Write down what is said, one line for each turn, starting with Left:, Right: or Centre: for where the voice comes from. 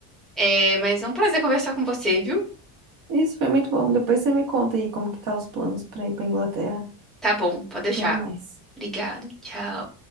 Centre: É, mas é um prazer conversar com você, viu?
Right: Isso foi muito bom. Depois você me conta aí como que tá os planos pra ir pra Inglaterra.
Centre: Tá bom, pode deixar.
Right: Até mais.
Centre: Obrigado. Tchau.